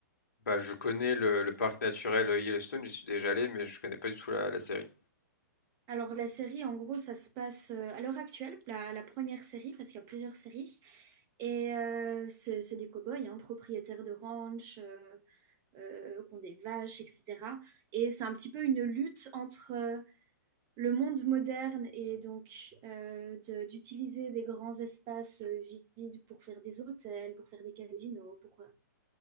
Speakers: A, on the left (about 70°); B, on the right (about 30°).
A: Bah, je connais le, le parc naturel euh, Yellowstone, j'y suis déjà allé, mais je connais pas du tout la, la série.
B: Alors la série, en gros, ça se passe euh, à l'heure actuelle, la, la première série, parce qu'il y a plusieurs séries. Et euh, c'est c'est des cow-boys, hein, propriétaires de ranch, euh, euh, qui ont des vaches, etc. Et c'est un petit peu une lutte entre euh, le monde moderne et donc euh, de- d'utiliser des grands espaces euh, vides pour faire des hôtels, pour faire des casinos, pour euh,